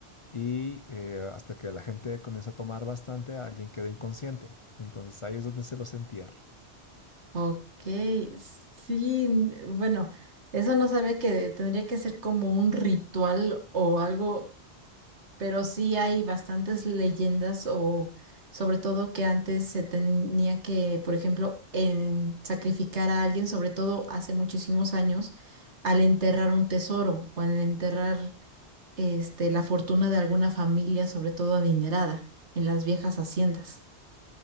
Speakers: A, on the left; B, on the right.
A: y eh, hasta que la gente comienza a tomar bastante, alguien queda inconsciente. Entonces ahí es donde se los entierra.
B: Ok. Sí, n- bueno, eso no sabía que tendría que ser como un ritual o algo pero sí hay bastantes leyendas o sobre todo que antes se tenía que, por ejemplo, en sacrificar a alguien, sobre todo hace muchísimos años, al enterrar un tesoro o al enterrar este la fortuna de alguna familia, sobre todo adinerada, en las viejas haciendas.